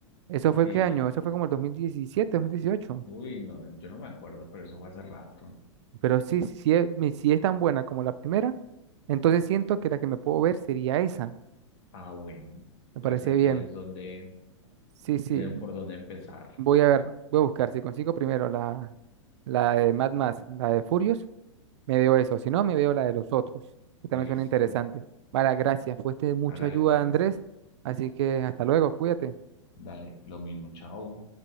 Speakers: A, on the right (about 65°); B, on the left (about 55°).
A: ¿Eso
B: sí.
A: fue qué año? Eso fue como el 2017, 2018.
B: Uy, no, yo no me acuerdo, pero eso fue hace rato.
A: Pero sí, sí, sí es, mi- si es tan buena como la primera, entonces siento que la que me puedo ver sería esa.
B: Ah, bueno.
A: Me
B: Entonces
A: parece
B: ahí
A: bien.
B: tienes donde,
A: Sí, sí,
B: eh, por dónde empezar.
A: voy a ver, voy a buscar si consigo primero la, la de Mad Max, la de Furious, Me veo eso, si no, me veo la de los otros, que también
B: Listo.
A: suena interesante. Vale, gracias, fuiste de mucha
B: Hágale
A: ayuda,
B: pues.
A: Andrés, así que hasta luego, cuídate.
B: Dale, lo mismo. Chao.